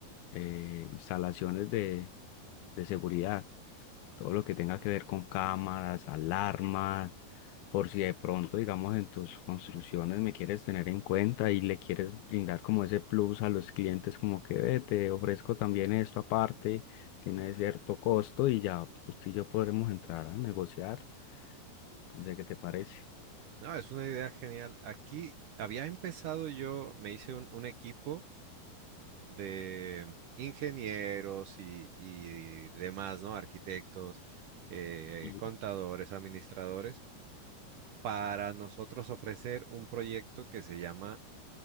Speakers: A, on the left (about 80°); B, on the right (about 70°).
A: eh, instalaciones de, de seguridad, todo lo que tenga que ver con cámaras, alarmas, por si de pronto, digamos, en tus construcciones me quieres tener en cuenta y le quieres brindar como ese plus a los clientes, como que "Ve, te ofrezco también esto aparte tiene cierto costo y ya usted y yo podremos entrar a negociar. No sé qué te parece.
B: No, es una idea genial. Aquí había empezado yo, me hice un, un equipo de ingenieros y, y demás, ¿no? Arquitectos, eh,
A: Y
B: contadores, administradores, para nosotros ofrecer un proyecto que se llama